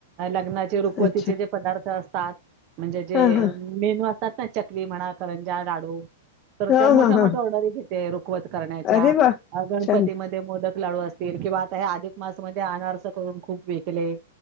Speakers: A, on the right; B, on the left.
A: लग्नाचे रुखवतीचे
B: अच्छा
A: जे पदार्थ अस <unintelligible> म्हणजे जे
B: हा हा
A: मेनू <unintelligible> चकली म्हणा करंजा, लाडू तर
B: हा
A: त्या मोठ्या
B: हा हा
A: मोठ्या ऑर्डर घेते. वत करण्याच्या
B: अरे वा
A: गणपतीमध्ये
B: छान
A: मोदक लाडू असतील किंवा आता हे अधिक मास मध्ये अनारस करून खूप विकले.